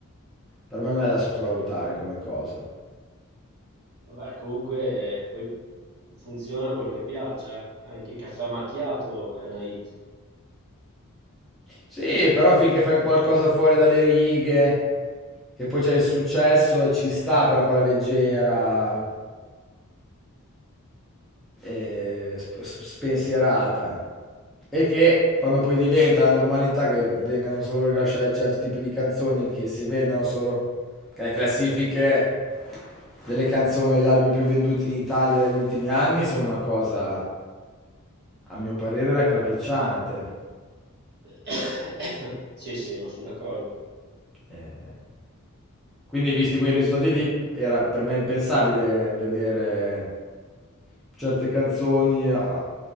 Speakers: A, in the centre; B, on the right (about 50°).
A: per me non è da sottovalutare come cosa.
B: Vabbè, comunque poi funziona quello che piace. eh. Anche il caffè macchiato è una hit.
A: Sì, però finché fai un qualcosa fuori dalle righe, che poi c'è il successo e ci sta quella cosa leggera. eh, sp- s- spensierata e che quando poi diventa la normalità che vengano solo rilasciate certi tipi di canzoni che si vendano solo che le classifiche delle canzoni degli album più venduti in Italia negli ultimi anni sono una cosa a mio parere raccapricciante
B: <coughs> Sì, sì, no, sono d'accordo.
A: Eh, quindi visti quei risultati lì era per me impensabile vedere certe canzoni a-